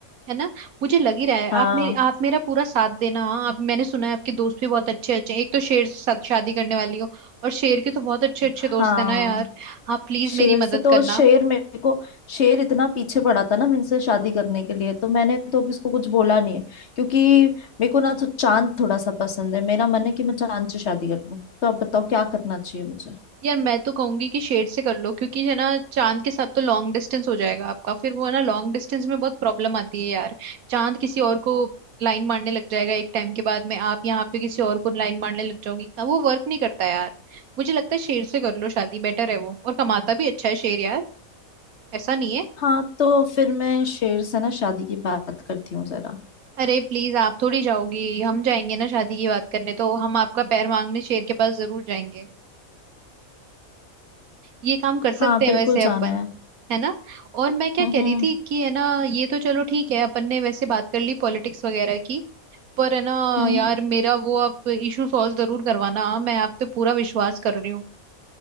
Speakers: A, on the right; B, on the left.
A: है ना मुझे लग ही रहा है
B: हाँ
A: आप मेरी आप मेरा पूरा साथ देना हाँ। आप मैंने सुना है आपके दोस्त भी बहुत अच्छे अच्छे हैं एक तो शेर से शादी करने वाली हो और शेर के तो बहुत अच्छे अच्छे
B: हाँ
A: दोस्त है ना यार आप प्लीज
B: शेर
A: मेरी
B: से
A: मदद
B: तो
A: करना
B: शेर मेरे को शेर इतना पीछे पड़ा था ना मुझसे शादी करने के लिए तो मैंने तो अब इसको कुछ बोला नहीं है क्योंकि मेरे को ना तो चांद थोड़ा सा पसंद है मेरा मन है कि मैं चांद से शादी कर लूं तो अब बताओ क्या करना चाहिए मुझे
A: यार मैं तो कहूंगी कि शेड से कर लो क्योंकि है ना चांद के साथ तो लॉन्ग डिस्टेंस हो जाएगा आपका फिर वो है ना लॉन्ग डिस्टेंस में बहुत प्रॉब्लम आती है यार चांद किसी और को लाइन मारने लग जाएगा एक टाइम के बाद में आप यहाँ पे किसी और को लाइन मारने लग जाओगी वो वर्क नहीं करता यार मुझे लगता है शेर से कर लो शादी बेटर है वो और कमाता भी अच्छा है शेर यार ऐसा नहीं है
B: हाँ तो फिर मैं शेर से ना शादी की बात करती हूँ जरा
A: अरे प्लीज आप थोड़ी जाओगी हम जाएंगे ना शादी की बात करने तो हम आपका पैर मांगने शेर के पास जरूर जाएंगे ये काम कर सकते
B: हाँ बिल्कुल
A: हैं वैसे अपन
B: जाना है
A: है ना और मैं क्या
B: हम्म
A: कह
B: हम्म
A: रही थी कि है ना ये तो चलो ठीक है अपन ने वैसे बात कर ली पॉलिटिक्स वगैरह की पर है ना
B: हम्म
A: यार
B: हम्म।
A: मेरा वो आप इशू सॉल्व जरूर करवाना मैं आप पे पूरा विश्वास कर रही हूँ